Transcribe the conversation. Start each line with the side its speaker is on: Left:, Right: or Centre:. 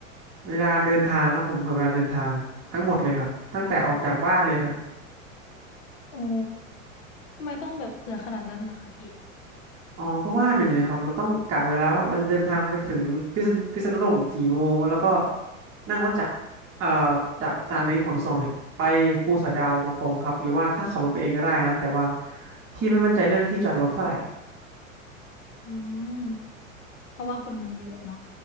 Right: เวลาเดินทางครับผมเผื่อเวลาเดินทางทั้งหมดเลยครับตั้งแต่ออกจากบ้านเลยฮะ
Left: โอ้ทำไมต้องแบบเผื่อขนาดนั้นล่ะคะพี่
Right: อ๋อเพราะว่าหนึ่งเลยครับเราต้องกะเวลาว่าเราจะเดินทางไปถึงพิษณุพิษณุโลกเนี่ยกี่โมงแล้วก็นั่งรถจากเอ่อจากสถานีขนส่งเนี่ยไปภูสอยดาวตรงๆครับหรือว่าถ้าขับรถไปเองก็ได้นะแต่ว่าพี่ไม่มั่นใจเรื่องที่จอดรถเท่าไหร่
Left: อืมเพราะว่าคนมันเยอะเนาะ